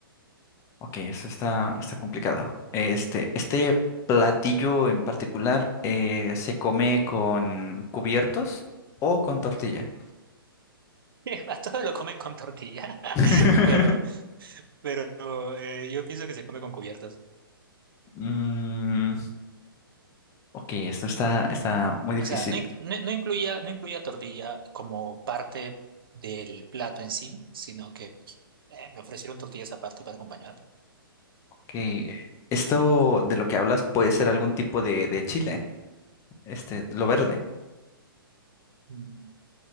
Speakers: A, on the left; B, on the right.
A: ok, eso está, está complicado. Este, este platillo en particular eh, se come con cubiertos o con tortilla.
B: <laughs> A Todos lo comen con tortilla, <laughs>
A: <laughs>
B: pero, pero eh, yo pienso que se come con cubiertos.
A: Mm, ok, esto está, está muy difícil.
B: O sea, no, inc- no, no incluía, no incluía tortilla como parte del plato en sí, sino que pues, eh, me ofrecieron tortillas aparte para acompañar.
A: Que esto de lo que hablas puede ser algún tipo de, de chile, este, lo verde.
B: Mm.